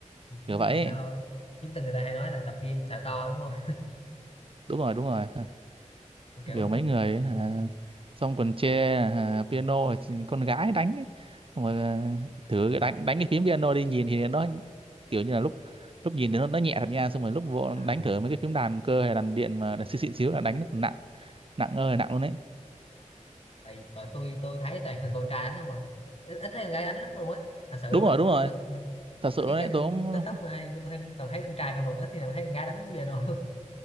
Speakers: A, on the left; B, on the right.
A: ừ,
B: kiểu
A: giống
B: vậy
A: như người ta thôi chứ từng người ta hay nói là tập gym xả to đúng không
B: đúng rồi đúng rồi
A: <laughs> Mà kiểu
B: kiểu mấy người ấy, à,
A: ừ.
B: xong còn chê à, piano là chỉ- con gái đánh ấy. Xong rồi à, thử đánh đánh cái phím piano đi nhìn thì nó kiểu như là lúc lúc nhìn thì nó, nó nhẹ thật nha xong rồi lúc vô
A: à
B: đánh thử mấy cái phím đàn cơ hay đàn điện mà đàn xịn xịn xíu là đánh nó còn nặng nặng ơi là nặng luôn đấy
A: tại tại tôi tôi thấy toàn là con trai đánh không à ít, ít thấy con gái đánh lắm luôn á thật sự
B: đúng
A: luôn
B: rồi
A: á
B: đúng
A: tụi
B: rồi
A: mấy ừ,
B: thật sự
A: mấy cái
B: luôn đấy
A: kênh
B: tôi cũng
A: TikTok mà hay tôi thêm toàn thấy con trai không à ít thì nào thấy con gái đánh piano luôn